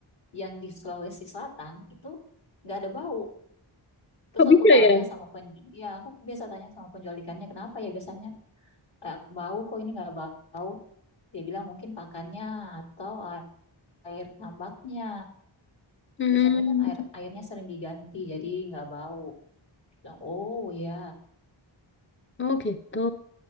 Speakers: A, on the left (about 60°); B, on the left (about 25°).
A: yang di Sulawesi Selatan itu nggak ada bau. Terus
B: Kok bisa
A: aku tanya
B: ya?
A: sama penjual, ya aku biasa tanya sama penjual ikannya kenapa ya biasanya "Eh, bau kok ini nggak bau. Dia bilang mungkin pakannya atau air tambaknya
B: Hmm.
A: Biasanya kan air airnya sering diganti jadi nggak bau. Bilang, oh ya.
B: Oh gitu.